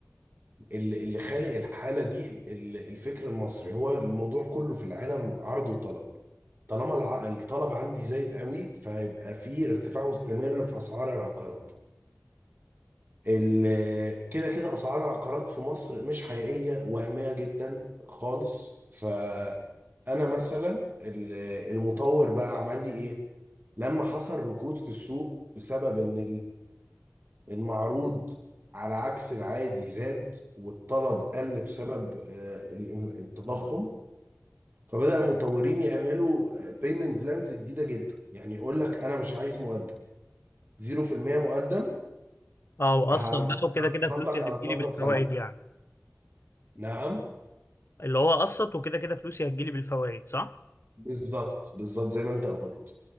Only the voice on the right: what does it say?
اللي اللي خالق الحالة دي ال- الفكر المصري هو الموضوع كله في العالم عرض وطلب طالما الع- الطلب عندي زايد قوي فهيبقى في ارتفاع مستمر في أسعار العقارات ال- كده كده أسعار العقارات في مصر مش حقيقية وهمية جدا خالص فأنا مثلا ال- المطور بقى عمل لي إيه لما حصل ركود في السوق بسبب إن المعروض على عكس العادي زاد والطلب قل بسبب آه، ال- التضخم فبدأ المطورين يعملوا بيمنت بلانز جديدة جدا يعني يقول لك أنا مش عايز مقدم 0% مقدم
ه-
هحط
لك
على 12
سنة
نعم
بالظبط بالظبط زي ما أنت قلت